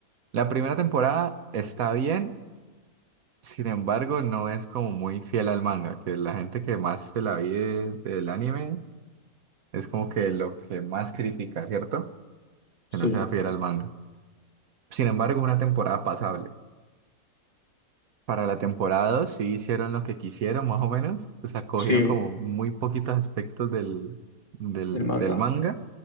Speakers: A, on the right; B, on the left.
A: la primera temporada está bien. Sin embargo, no es como muy fiel al manga, que la gente que más se la vive del anime es como que lo que más critica, ¿cierto?
B: Sí,
A: Que no sea fiel al manga. Sin embargo, una temporada pasable. Para la temporada 2 sí hicieron lo que quisieron, más o menos. O sea, cogieron
B: sí,
A: como muy poquitos aspectos del, del,
B: el manga.
A: del manga